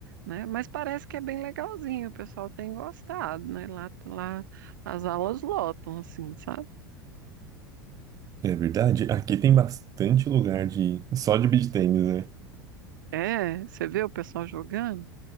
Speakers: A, on the right (about 60°); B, on the right (about 30°).
A: né? Mas parece que é bem legalzinho, o pessoal tem gostado, né? Lá, lá as aulas lotam, assim, sabe?
B: É verdade. Aqui tem bastante lugar de só de beach tennis, né?
A: É, você vê o pessoal jogando?